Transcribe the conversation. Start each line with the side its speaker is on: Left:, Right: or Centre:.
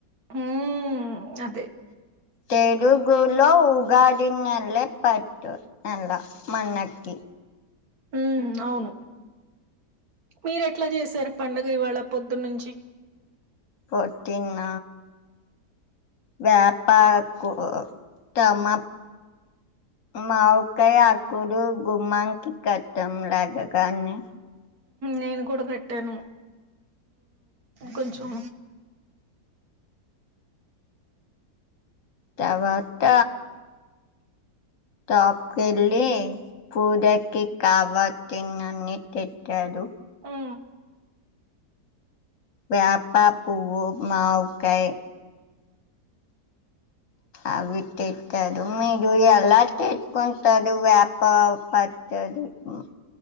Right: ఉమ్ అదే
Left: తెలుగులో ఉగాడిన్నల పట్టు నల మన్నకి
Right: ఉ అవును మీరెట్లా చేశారు పండుగ ఇవాళ పొద్దున్న నుంచి
Left: పొద్దున్న వేపకు తమ మావికాయ ఆకులు గుమ్మంకి కట్టంలాగగాన్ని
Right: నేను కూడా కట్టాను కొంచెం
Left: కట్టవ అక్క షాప్ కెల్లి పూజకి కావసి తన్నన్నిట్టట్టదు
Right: మ్మ్
Left: వేపా పూవవు మావికాయ అవి తెచదు మీరు ఎలా చేచుకుంటారు వేప ప సడి <unintelligible>